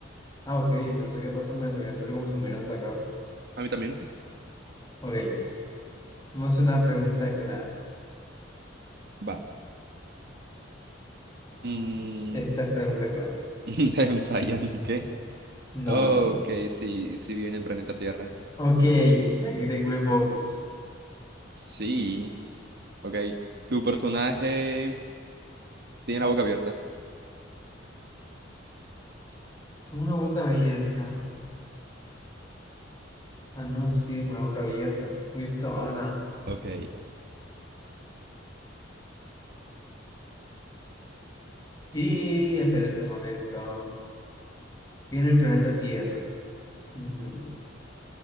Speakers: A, on the left; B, on the right.
A: Ah, ok, no sé qué pasó, me voy a hacerlo como si me hubieran sacado.
B: A mí también.
A: Ok, vamos a hacer una pregunta clave.
B: Va. Mm,
A: Esta es pregunta clave.
B: <laughs> ensayan, ¿qué?
A: No.
B: Ok, sí, sí viene el planeta Tierra.
A: Ok, aquí te cure poco.
B: Sí, ok. Tu personaje tiene la boca abierta.
A: Tengo una boca abierta. Ah, no, sí, es una boca abierta. Muy zona.
B: Ok,
A: Y espérate un momento. Viene el planeta Tierra. Ujú.